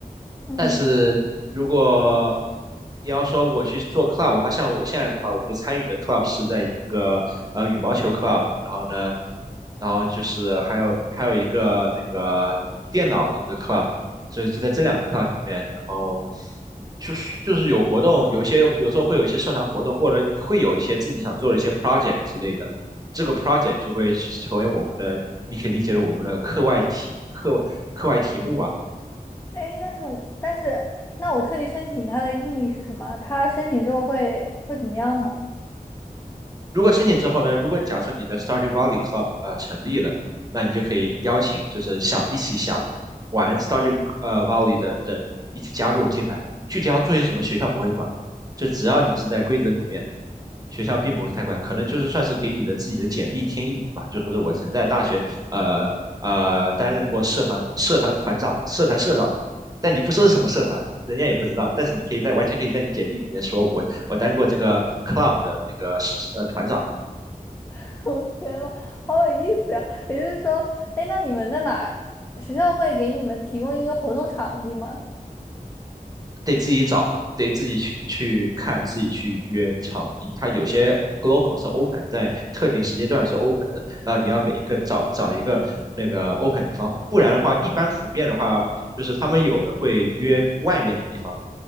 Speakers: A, on the left; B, on the right.
A: 嗯。
B: 但是如果你要说我去做 club 的话，像我现在的话，我就参与的 club 是在一个呃羽毛球 club，然后呢，然后就是还有还有一个那个电脑的一个 club，所以就在这两个 club 里面，然后就是就是有活动，有一些有时候会有一些社团活动，或者会有一些自己想做的一些 project 之类的。这个 project 就会成为我们的，你可以理解为我们的课外题课课外题目吧。
A: 哎，但是但是，那我特地申请它的意义是什么？它申请之后会会怎么样吗？
B: 如果申请之后呢，如果假设你的 s t u d y Valley Club 呃成立了，那你就可以邀请就是想一起想玩 s t u
A: 嗯，
B: d y 呃 Valley 的人一起加入进来。具体要做些什么，学校不会管，就只要你是在规则里面，学校并不会太管，可能就是算是给你的自己的简历添一笔吧，就说是我曾在大学呃呃担任过社团社团团长、社团社长，但你不说是什么社团，人家也不知道，但是你可以在完全可以在你简历里面说我我当过这个 club 的那个呃团长，
A: <laughs> 我天呐，好有意思呀！也就是说，哎，那你们在哪儿？学校会给你们提供一个活动场地吗？
B: 得自己找，得自己去去看，自己去约场地。它有些 local 是 open，在特定时间段是 open 的，然后你要每一个找找一个那个 open 地方，不然的话，一般普遍的话，就是他们有的会约外面的地方。